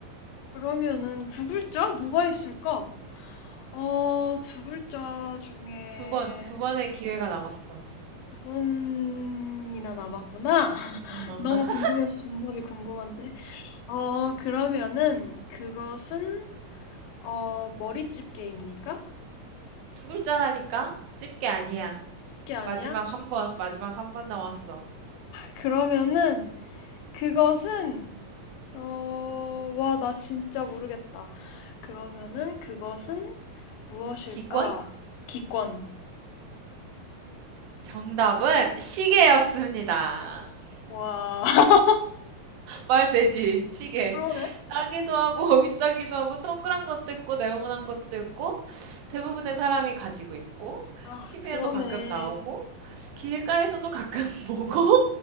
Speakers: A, on the left; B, on the right.
A: 그러면은 두 글자? 뭐가 있을까? 어, 두 글자 중에
B: 두 번, 두 번의 기회가 남았어.
A: 두 번이나 남았구나. <laughs>
B: <laughs>
A: 너무 궁금해서 정답이 궁금한데. 어, 그러면은 그것은 어, 머리집게입니까?
B: 두 글자라니까? 집게 아니야.
A: 집게 아니야?
B: 마지막 한 번, 마지막 한 번 남았어.
A: 그러면은 그것은 어, 와, 나 진짜 모르겠다. 그러면은 그것은 무엇일까?
B: 기권?
A: 기권.
B: 정답은 시계였습니다.
A: 와. <laughs>
B: 말 되지, 시계.
A: 그러네.
B: 싸기도
A: 음,
B: 하고, <laughs> 비싸기도 하고, 동그란 것도 있고, 네모난 것도 있고, 대부분의 사람이 가지고 있고,
A: 아,
B: TV에도
A: 그러네.
B: 가끔 나오고, 길가에서도 가끔 <laughs> 보고,